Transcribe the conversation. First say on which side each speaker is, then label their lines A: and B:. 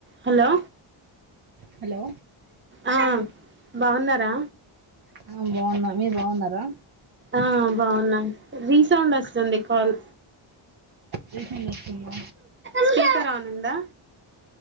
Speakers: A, on the right; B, on the right.
A: Hello
B: hello
A: ఆ బాగున్నారా
B: ఆ బాగున్న మీరు బాగున్నారా
A: ఆ బాగున్నాం రీ సౌండ్ వస్తుంది కాల్
B: రీసెంట్ వస్తుందా
A: స్పీకర్ ఆన్ ఉందా